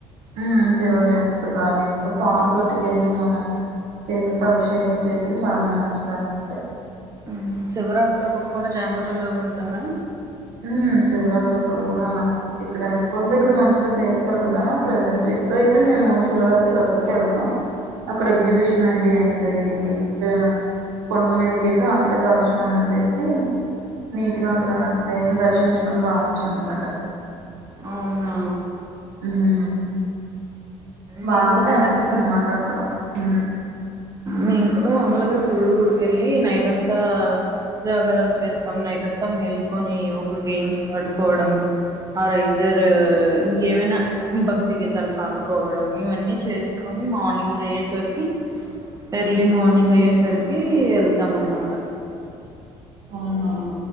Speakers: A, on the right; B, on the right.
A: మ్మ్ శివాలయస్తుకాళీ పాలు పట్టుకెళ్ళి మన చేతులతో అభిషేకం చేస్తే చాన మంచిది అన్నమాట
B: మ్మ్ శివరాత్రి అప్పుడు కూడ జాగరలు ఉంటారా
A: హ్మ్ శివరాత్రి అప్పుడు కూడా ఇక్కడ ఎస్కార్ట్ దగ్గర మంచిగా చేస్తరు కదా ప్రజెంట్ ఎప్పుడైతే మేము శివరాత్రికి అక్కడికి వెళ్తాం అక్కడ ఎగ్జబిషన్ అది అయితది ఇంకా కొండ మీదికి వెళ్ళి అక్కడే తల స్నానం చేసి నీట్ గా అక్కడ దేవున్ని దర్శించుకుని రావచ్చు అనమాట
B: అవునా
A: మ్మ్
B: మేము
A: బాగ
B: కూడా
A: ఫేమస్
B: అలాగే
A: అన్నమాట అక్కడ మ్మ్
B: నేం కూడా మాముూలుగా శివుడు గుడికెళ్ళీ నైట్ అంతా జాగారం చేస్తాం నైట్ అంతా మేల్కొని ఒక గేమ్స్ ఆడుకోవడం ఆర ఇద్దరు ఇంకేవైనా భక్తి గీత పాడుకోవడం ఇవన్నీ చేసుకొని మార్నింగ్ అయ్యేసరికి ఎర్లీ మార్నింగ్ అయ్యేసరికి వెళ్తాం అన్నమాట
A: అవునా